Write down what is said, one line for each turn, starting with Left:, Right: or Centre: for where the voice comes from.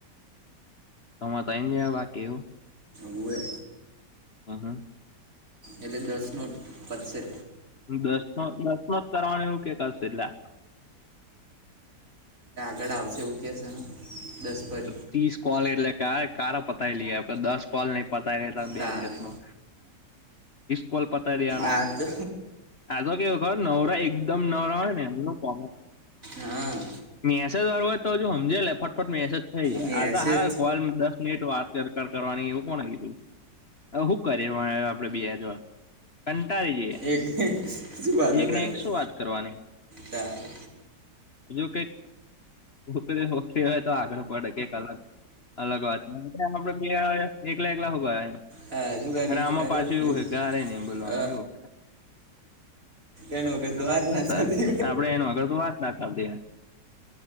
Left: તમે તો એ જ બાકી એવું
Right: હવે
Left: હા હા
Right: એટલે દસ ન પદશે
Left: દસ દસ ન જ કરવાનું એવું કકશે એટલે
Right: ડા આવશે એવું કે ને દસ પર
Left: ત્રીસ કોલ એટલે ક ક પતાય લઈએ આપડે દસ કોલ નહી પતાય
Right: તારે
Left: કોલપતારિયાણા
Right: આ તો
Left: આ તો કેવ ખબર નવરા એકદમ નવરા હોય ને એમ કો
Right: હા
Left: મેસેજ વારું હોય તો હજુ સમજે લે મેસેજ થઈ ગયા
Right: મેસેજ
Left: આ હાર કોલ દસ મિનિટ વાત કરવાની એવું કોણ આવીયું શું કરે આપડે બેજ કંટાળી જઈએ
Right: એક શું વાતો
Left: એકને
Right: કરવાની
Left: એક શું વાત કરવાની
Right: તારે
Left: હજુ કઈક હ હો આગળ પડે કે કલાક અલગ વાત છે આપડે બે એકલા એકલાભા
Right: હા, શું કર્યું
Left: અને આમાં
Right: કાલે
Left: પાછું
Right: કીધું
Left: એવું હે કે ક્યારે નહ બોલવાનું
Right: અ,
Left: એવું એ
Right: એનો વગર
Left: કર
Right: તો
Left: વાત
Right: ના
Left: નાતા
Right: થતી
Left: આપડે એનો આગળ તો વાત નાતા